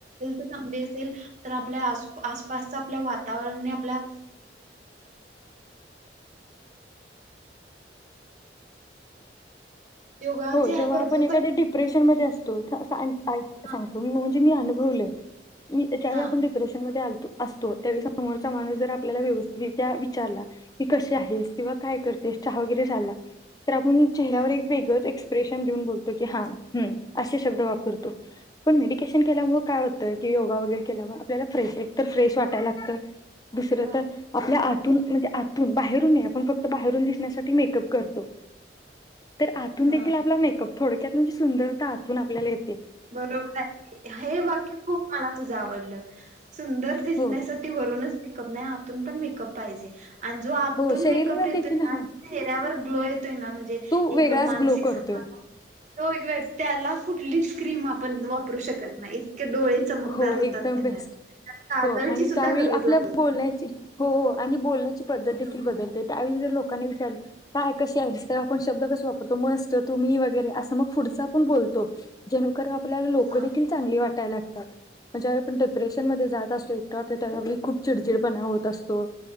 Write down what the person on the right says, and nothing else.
चांग असेल तर आपल्या आस आसपास आपल्या वातावरण आणि आपल्या योगाचे
हा
भरपूर
हा
हा
हा
हा
हा
बरोबर आहे हे वाक्य खूप मला तुझ आवडलं सुंदर दिसण्यासाठी
वरूनच मेकअप नाही पण मेकअप पाहिजे आणि जो आतून
मेकअप येतोय
ना
त चेहऱ्यावर वय ना म्हणजे
एक मानसिक
समाधान त एक त्याला कुठली क्रीम आपण वापरू शकत नाही डोळे चमकदार
होतात त्यांना.
त्यात काजळची
सुद्धा
गरज
लागत
नाही.
हा